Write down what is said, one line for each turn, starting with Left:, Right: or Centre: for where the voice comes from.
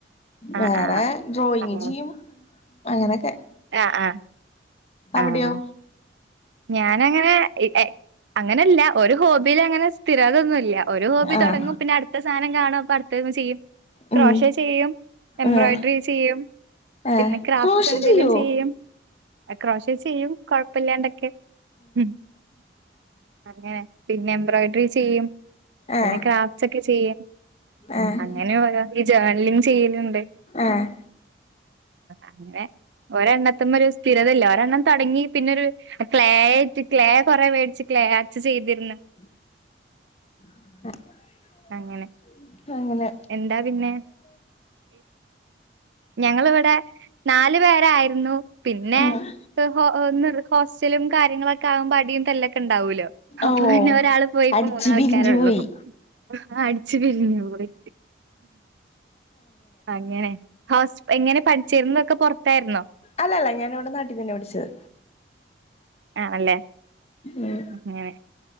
Right: ആഹ്
Left: വേറെ
Right: ആഹ്
Left: ഡ്രോയിങ്
Right: ആഹ്
Left: ചെയ്യും അങ്ങനെയൊക്കെ
Right: ആഹ് ആഹ്
Left: അവിടയോ?
Right: ആഹ് ഞാനങ്ങനെ അങ്ങനെയല്ല ഒരു ഹോബിലങ്ങനെ സ്ഥിരത ഒന്നുല്ല ഒരു ഹോബി
Left: ആഹ്
Right: തൊടങ്ങും പിന്ന അടുത്ത സാധനം കാണും ചെയ്യും ക്രോഷ
Left: ഉം
Right: ചെയ്യും എംബ്രോയ്ഡറി
Left: ആഹ്
Right: ചെയ്യും.
Left: ആഹ്
Right: പിന്നെ ക്രാഫ്റ്റ്സ്
Left: ക്രോഷ
Right: എന്തേലും
Left: ചെയ്യോ
Right: ചെയ്യും എക്രോഷെ ചെയ്യും കൊഴപ്പില്ലാണ്ടൊക്കെ ഉം. അങ്ങനെ പിന്നെ എംബ്രോയിഡറി ചെയ്യും പിന്നെ
Left: ആഹ്
Right: ക്രാഫ്റ്റ്സ് ഒക്കെ ചെയ്യും.
Left: ആഹ്
Right: അങ്ങനെ പോരാ ഈ ജേണലിംഗ് ചെയ്യലുണ്ട്
Left: ആഹ്
Right: അങ്ങനെ ഒരെണ്ണത്തിമേ ഒരു സ്ഥിരത ഇല്ല ഒരെണ്ണം തൊടങ്ങി പിന്നൊരു ക്ലേയിട്ട് ക്ലേ കൊറെ വേടിച്ചു ക്ലേ അർട്ട് ചെയ്തിന്ന്-
Left: ആഹ്
Right: അങ്ങനെ
Left: അങ്ങനെ
Right: എന്താ പിന്നെ ഞങ്ങളിവിടെ നാല് പേരായിരുന്നു പിന്നെ
Left: ഉം
Right: ഹോ ഒന്ന് ഹോസ്റ്റലും കാര്യങ്ങളൊക്കെ ആകുമ്പ അടിയും തലൊക്കെ ക്കെ ഉണ്ടാവലോ
Left: ഓഹ്
Right: അപ്പൊ പിന്നെ ഒരാള് പോയി ഇപ്പോ
Left: അടിച്ച്
Right: മൂന്നാൾക്കാരെ
Left: പിരിഞ്ഞു
Right: ഒള്ളു
Left: പോയി
Right: ആഹ് അടിച്ചു പിരിഞ്ഞു പോയി അങ്ങനെ ഹോസ് എങ്ങനെ പഠിച്ചിരുന്നതൊക്കെ പൊറത്തായിരുന്നോ
Left: അല്ല അല്ല ഞാനിവിടെ നാട്ടി തന്നെയ പഠിച്ചത്
Right: ആണല്ലേ
Left: ഉം
Right: അങ്ങനെ